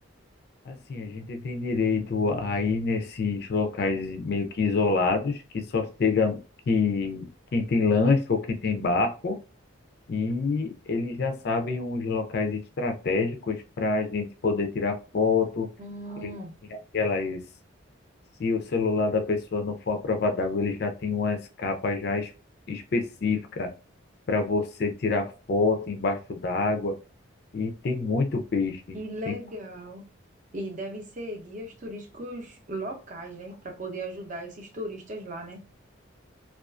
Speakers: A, on the left (about 50°); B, on the right (about 35°).
A: Assim, a gente tem direito a ir nesses locais meio que isolados, que só chega que quem tem lanche ou quem tem barco, e eles já sabem uns locais estratégicos para a gente poder tirar foto.
B: Hum,
A: Ele tem aquelas, se o celular da pessoa não for à prova d'água, ele já tem umas capas já es- específicas para você tirar foto embaixo d'água. E tem muito peixe.
B: Que legal.
A: Tem,
B: E devem ser guias turísticos locais, né? Para poder ajudar esses turistas lá, né?